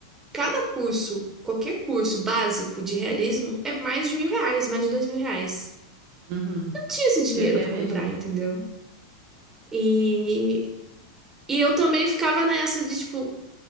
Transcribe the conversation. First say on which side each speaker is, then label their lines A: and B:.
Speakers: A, on the right (about 20°); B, on the right (about 50°).
A: Cada curso, qualquer curso básico de realismo é mais de mil reais, mais de dois mil reais.
B: Uhum.
A: Eu não tinha esse dinheiro
B: Pior que
A: pra
B: é mesmo.
A: comprar, entendeu? E, e eu também ficava nessa de tipo,